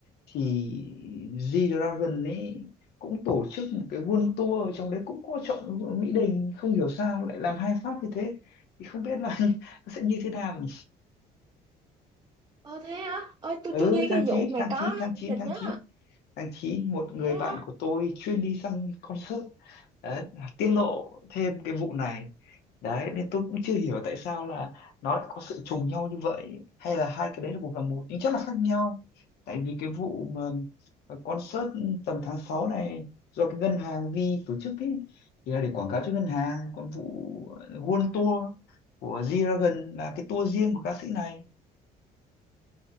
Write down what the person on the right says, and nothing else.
Ờ thế hả? Ơi tôi
chưa nghe
cái
vụ mà
có
Mỹ Đình
á.
Thế hả?